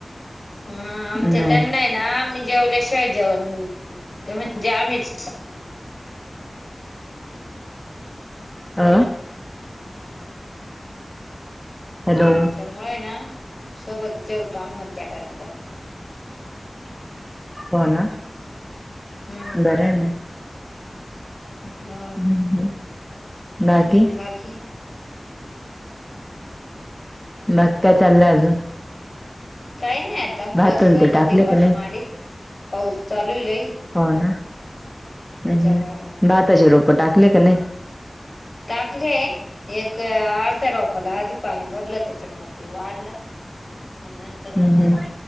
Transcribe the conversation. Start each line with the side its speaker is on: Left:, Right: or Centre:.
Left: हा आमच्या
Centre: नाही
Left: त्यांना आहे ना, मी जेवल्या शिवाय जेवण ते म्हणजे आम्हीच
Centre: अ, हॅलो
Left: त्याच्यामुळे ना, सोबत जेवतो आम्ही मध्यांना नंतर. <unintelligible>
Centre: हो ना,
Left: हम्म
Centre: बरं आहे ना.
Left: हा.
Centre: हम, ह बाकी?
Left: बाकी
Centre: बाकी काय चाललयं अजून?
Left: काही नाही आता
Centre: भात
Left: बसलो
Centre: अन
Left: होतो,
Centre: ते टाकले
Left: टिपा
Centre: का
Left: च
Centre: नाही
Left: मारीत पाऊस चालू आहे लई.
Centre: हो ना,
Left: त्याच्यामुळे
Centre: हम हम
Left: मग
Centre: भाताचे रोप टाकले का नाही?
Left: टाकले, एक अ-अर्ध्या रोपाला आधी पाणी भरलं त्याच्या मध्ये. ते वाढलं आणि नंतर अण
Centre: हम्म
Left: मग
Centre: हम्म